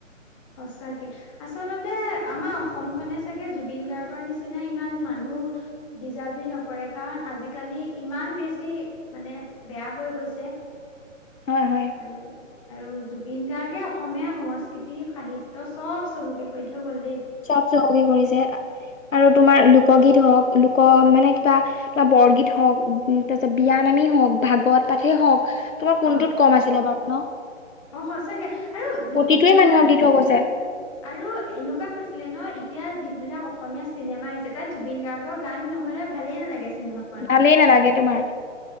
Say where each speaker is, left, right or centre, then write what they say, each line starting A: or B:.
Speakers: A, on the left; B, on the left.
A: সঁচাকে। আচলতে আমাৰ অসমখনে চাগে জুবিন গাৰ্গৰ নিচিনা ইমান মানুহ ডিজাৰ্ভে নকৰে কাৰণ আজিকালি ইমান বেছি মানে বেয়া হৈ গৈছে।
B: হয় হয়।
A: আৰু, আৰু জুবিন গাৰ্গে অসমীয়া সংস্কৃ তি, সাহিত্য চব চহকী কৰি থৈ গ'ল দেই।
B: চব চহকী কৰিছে, আৰু তোমাৰ লোকগীত হওক, লোক মানে কিবা তোমাৰ বৰগীত হওক, তাৰ পিছত বিয়া নামেই হওক, ভাগৱত পাঠেই হওক তোমাৰ কোনটোত
A: অ
B: কম আছিলে বাৰু ন,
A: অ সঁচাকে আৰু
B: প্ৰতিটোৱে
A: জুবিন
B: মানুহক
A: গাৰ্গ
B: দি থৈ গৈছে।
A: আৰু এনেকুৱা হৈছিলে ন এতিয়া যিবিলাক অসমীয়া চিনেমা আহিছে তাত জুবিন গাৰ্গ ৰ গান নহ'লে ভালেই নালাগে চিনেমা।
B: ভালেই নালাগে তোমাৰ,